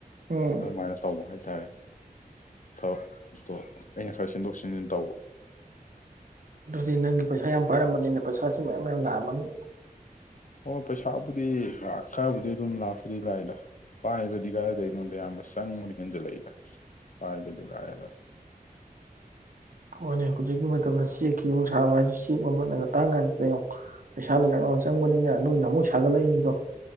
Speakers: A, on the right; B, on the left.
A: ꯎꯝ
B: ꯑꯗꯨꯃꯥꯏꯅ ꯇꯧꯕ ꯍꯥꯏꯇꯥꯔꯦ ꯊꯥꯎ ꯑꯩꯅ ꯈꯔꯁꯤꯟꯗꯣꯛ ꯇꯧꯕ
A: ꯑꯗꯨꯗꯤ ꯅꯪꯒꯤ ꯄꯩꯁꯥ ꯌꯥꯝ ꯄꯥꯏꯔꯝꯕꯅꯤꯅ ꯄꯩꯁꯥꯁꯨ ꯃꯌꯥꯝ ꯌꯥꯝ ꯂꯥꯛꯑꯃꯅꯤ
B: ꯑꯣ ꯄꯩꯁꯥꯕꯨꯗꯤ ꯈꯔꯕꯨꯗꯤ ꯑꯗꯨꯝ ꯂꯥꯛ ꯈꯨ ꯂꯥꯏꯗ ꯄꯥꯏꯕꯗꯤ ꯀꯥꯏꯗ ꯑꯩꯉꯣꯟꯗ ꯑꯌꯥꯝꯕ ꯆꯪꯕꯅ ꯍꯦꯟꯖꯜꯂꯛꯏꯗ ꯄꯥꯏꯕꯗꯤ ꯂꯥꯏꯑꯗ
A: ꯍꯣꯏꯅꯦ ꯍꯧꯖꯤꯛꯀꯤ ꯃꯇꯝꯗ ꯆꯦꯛꯀꯤ ꯑꯃꯨꯛ ꯁꯥꯕ ꯍꯥꯏꯁꯦ ꯆꯦꯛ ꯃꯃꯜꯅꯒ ꯇꯥꯡ ꯀꯥꯟꯁꯤꯗ ꯌꯦꯉꯨ ꯄꯩꯁꯥꯅ ꯌꯥꯝꯅ ꯆꯪꯕꯅꯤꯅ ꯅꯣꯏꯅ ꯑꯃꯨꯛ ꯁꯥꯒꯠꯂꯛꯏꯅꯤꯗꯣ꯫